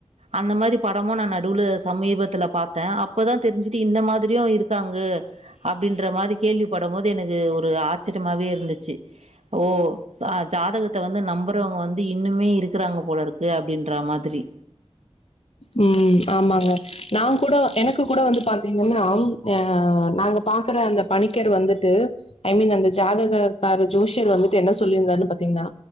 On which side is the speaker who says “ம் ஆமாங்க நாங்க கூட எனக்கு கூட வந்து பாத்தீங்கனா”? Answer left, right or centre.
Left